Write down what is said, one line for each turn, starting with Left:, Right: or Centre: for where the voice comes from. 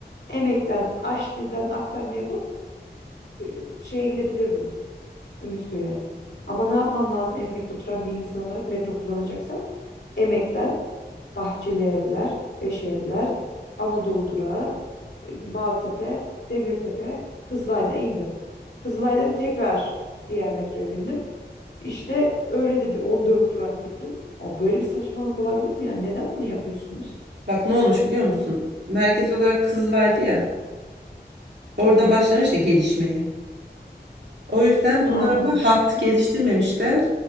Left: Emek'ten Aşti'den aktarma yapıp e, şeye gidebilirdim. Ümitköy'e. Ama ne yapmam lazım emekte oturan bir insan olarak metro kullanacaksam? Emekten Bahçeli Evler, Beş Evler, Anadolu Durağı, e, Maltepe, Demirtepe, Kızılay'da indim. Kızılay'dan tekrar diğer metroya bindim. İşte öyle de bir 14 durak gittim. O böyle bir saçmalık olabilir mi ya? Neden bunu yapıyorsunuz?
Right: Bak ne olmuş biliyor musun? Merkez olarak Kızılay'dı ya. Oradan
Left: Hı hı.
Right: başlamış ya gelişmeye. O yüzden
Left: E,
Right: bunlar
Left: aynen.
Right: ama hattı geliştirmemişler.